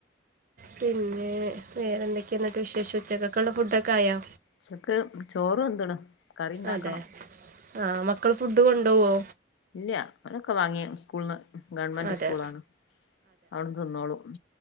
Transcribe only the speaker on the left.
ഉച്ചക്ക് ചോറ് വെന്ത്ണ്. കറി ഇണ്ടാക്കണം
ഇല്ല. അവരൊക്കെ വാങ്ങി സ്കൂള്ന്ന്, ഗവൺമെന്റ്
സ്കൂളാണ്. അവിട്ന്ന് തിന്നോളും.